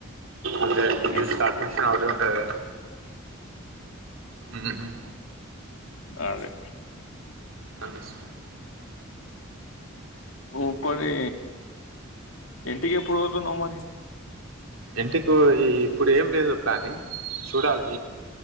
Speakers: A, on the right; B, on the left.
A: అంటే
B: ఎస్
A: స్టార్ట్ మిషన్ అవతల్ ఉంటాది గా ఉహుమ్
B: అదె
A: అంటిస్
B: వో పరి ఎంటికి ఎప్పుడు పోతావ్ నువ్ మరి
A: ఎంటిక్ వొయి ఇప్పుడు ఏం లేదు ప్లానింగ్ చూడాలి